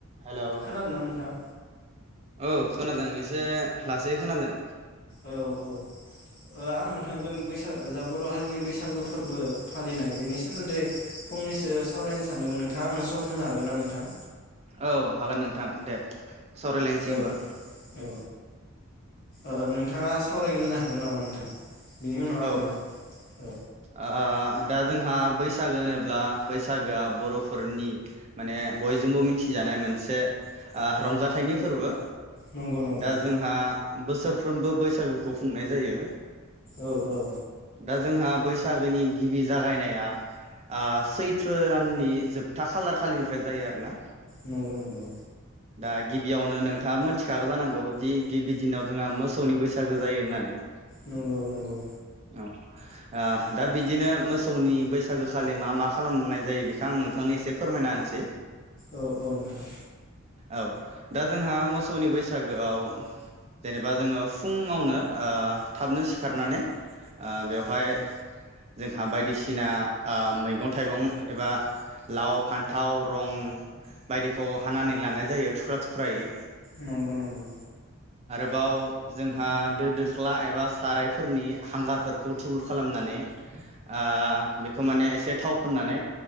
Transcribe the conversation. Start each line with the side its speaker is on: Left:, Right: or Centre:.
Right: हेलौ
Left: खोनादोंना नोंथां?
Right: औ खोनादों एसे लासै खोनादों।
Left: औ औ ओ आं नोंथांजों बैसाग जा बर हारिनि बैसागु फोरबो फालिनाय बेनि सोमोन्दै फंनैसो सावरायनो सानदोंमोन नोंथाङा आंनो सम होनो हागोनना नोंथां?
Right: औ हागोन नोंथां दे। सावरायलायनोसै
Left: औ
Right: होमबा
Left: औ ओ नोंथाङा सावरायग्रोनो हागोन नामा नोंथां? बिनि उनाव
Right: औ
Left: आङो औ
Right: ओ दा जोंहा बैसागो होनोब्ला बैसागोआ बरफोरनि माने बयजोंबो मिथिजानाय मोनसे ओ रंजाथाइनि फोरबो।
Left: नंगौ नंगौ
Right: दा जोंहा बोसोरफ्रोमबो बैसागोखौ खुंनाय जायो।
Left: औ औ।
Right: दा जोंहा बैसागोनि गिबि जागायनाया आ सैथ्र दाननि जोबथा खालार खालिनिफ्राय जायो आरोना।
Left: नंगौ नंगौ।
Right: दा गिबियावनो नोंथाङा मोनथिखागौ जानांगौ दि गिबि दिनाव जोंहा मोसौनि बैसागो जायो होननानै।
Left: नंगौ नंगौ।
Right: औ आ दा बिदिनो मोसौनि बैसागो खालि मा मा खालामनाय जायो बेखौ आं नोंथांनो एसे फोरमायना होनोसै
Left: औ औ नोंथां
Right: औ दा जोंहा मोसौनि बैसागोआव जेनेबा जोङो फुङावनो आ थाबनो सिखारनानै आ बेवहाय जोंहा बायदिसिना आ मैगं थाइगं एबा लाव फान्थाव रं बायदिखौ हानानै लानाय जायो थुख्रा थुख्रायै।
Left: नंगौ नंगौ
Right: बाव जोंहा दो दोख्ला एबा सारायफोरनि हांगारफोरखौ थुबुर खालामनानै आ बेखौ माने एसे थाव फुननानै